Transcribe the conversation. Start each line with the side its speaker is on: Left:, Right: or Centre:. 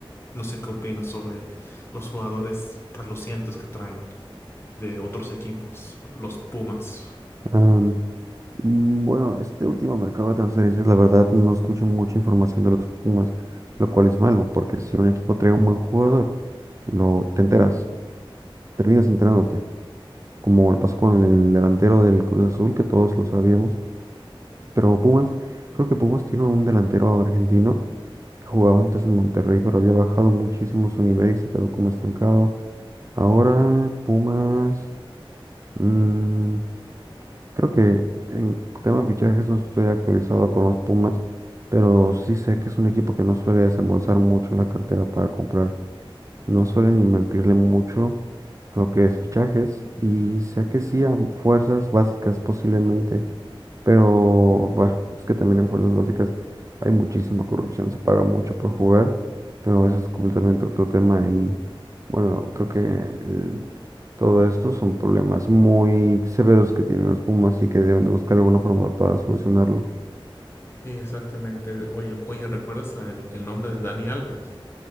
Left: No sé qué opinas sobre los jugadores relucientes que traen de otros equipos, los Pumas.
Right: Am, mm, bueno, este último mercado de transferencias, la verdad, no escucho mucha información de los Pumas, lo cual es malo, porque si un equipo trae un buen jugador, lo te enteras, terminas enterándote, como lo pasó con el delantero del Cruz Azul, que todos lo sabíamos pero Pumas, creo que Pumas tiene un delantero argentino que jugaba antes en Monterrey, pero había bajado muchísimo su nivel y se quedó como estancado. Ahora Pumas, mm, creo que en tema de fichajes no estoy actualizado con los Pumas, pero sí sé que es un equipo que no suele desembolsar mucho la cartera para comprar, no suelen invertirle mucho a lo que es fichajes y sé que sí a fuerzas básicas posiblemente pero, bueno, es que también en fuerzas básicas hay muchísima corrupción, se paga mucho por jugar, pero eso es completamente otro tema y, bueno, creo que el- todo esto son problemas muy severos que tienen los Pumas y que deben de buscar alguna forma para solucionarlo.
Left: Sí, exactamente. Oye, oye, ¿recuerdas a el, el nombre de Dani Alves?